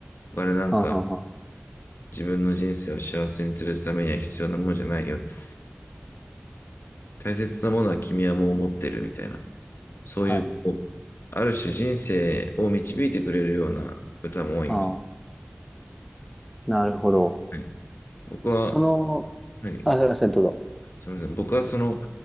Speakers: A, on the left (about 65°); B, in the centre.
A: お金なんか
B: はんはんはん。
A: 自分の人生を幸せにするためには必要なものじゃないよって、大切なものは君はもう持ってるみたいな、そういう、
B: はい。
A: こうある種人生を導いてくれるような歌も多いんです。
B: ああ、なるほど。
A: はい、僕は、
B: その、
A: はい、
B: あ、すいません、どうぞ。
A: すみません。僕はその、